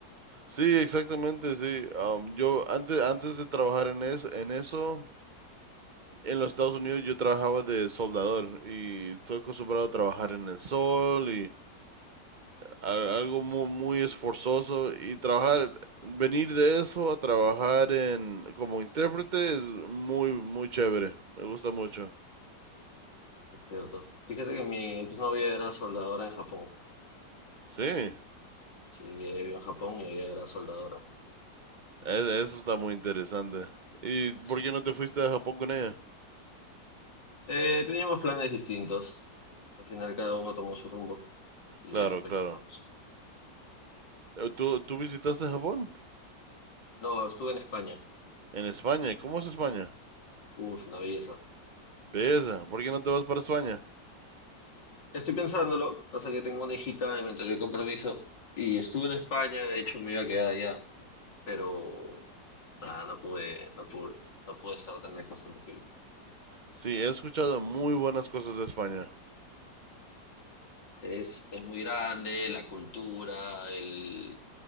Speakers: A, on the right; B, on the left.
A: Sí, exactamente, sí. Um, yo antes, antes de trabajar en, es- en eso, en los Estados Unidos yo trabajaba de soldador y estoy acostumbrado a trabajar en el sol a- algo muy, muy esforzoso y trabajar, venir de eso a trabajar en como intérprete es muy, muy chévere. Me gusta mucho.
B: es cierto. Fíjate que mi exnovia era soldadora en Japón.
A: Sí, e-
B: Sí, ella vivió en Japón y ella era soldadora.
A: eso está muy interesante. ¿Y por
B: Sí.
A: qué no te fuiste a Japón con ella?
B: Eh, teníamos planes distintos. Al final cada uno tomó su rumbo y
A: Claro,
B: ya, pues
A: claro.
B: ya estamos.
A: Eh, ¿Tú, tú visitaste Japón?
B: No, estuve en España.
A: En España. ¿Y ¿Cómo es España?
B: Uf, una belleza.
A: Belleza. ¿Por qué no te vas para España?
B: Estoy pensándolo, pasa que tengo una hijita y me enteré el compromiso. Y estuve en España, de hecho me iba a quedar allá, pero nada, no pude, no pude, no pude estar tan lejos tanto tiempo.
A: Sí, he escuchado muy buenas cosas de España.
B: Es, es muy grande, la cultura, el,